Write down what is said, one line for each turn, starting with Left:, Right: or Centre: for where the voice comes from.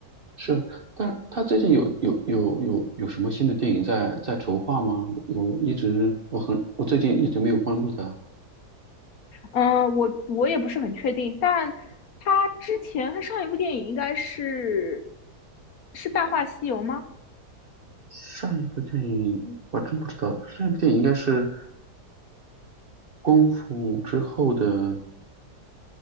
Right: 是，但是他最近有有有有有什么新的电影在在筹划吗？我一直我很我最近一直没有关注他。
Left: 嗯、呃我我也不是很确定，但他之前他上一部电影应该是是《大话西游》吗？
Right: 上一部电影我真不知道，上一部电影应该是《功夫》之后的。